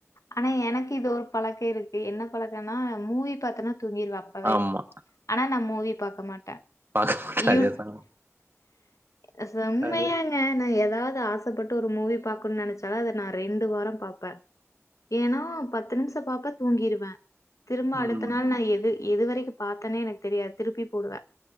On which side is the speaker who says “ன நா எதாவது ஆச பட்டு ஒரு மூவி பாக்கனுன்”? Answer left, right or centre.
Left